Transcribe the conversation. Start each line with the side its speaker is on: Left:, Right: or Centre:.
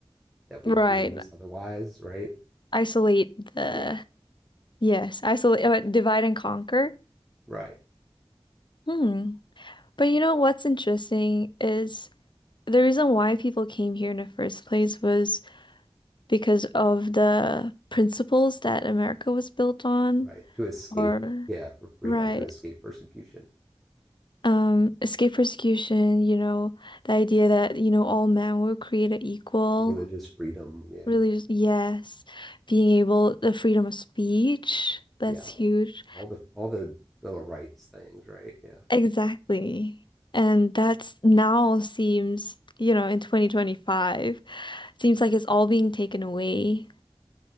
Centre: that we
Left: Right.
Centre: lose otherwise, right?
Left: Isolate the,
Centre: Yeah,
Left: yes, isolate, uh, divide and conquer.
Centre: right,
Left: Hmm. But you know what's interesting is the reason why people came here in the first place was because of the principles that America was built on,
Centre: right. To escape,
Left: or
Centre: yeah, for freedom,
Left: right.
Centre: to escape persecution,
Left: Um, escape persecution, you know, the idea that, you know, all men were created equal.
Centre: religious freedom, yeah,
Left: Really, yes. Being able, the freedom of speech, that's
Centre: yeah.
Left: huge.
Centre: All the, all the little rights things, right? Yeah.
Left: Exactly. And that's now seems, you know, in 2025, seems like it's all being taken away.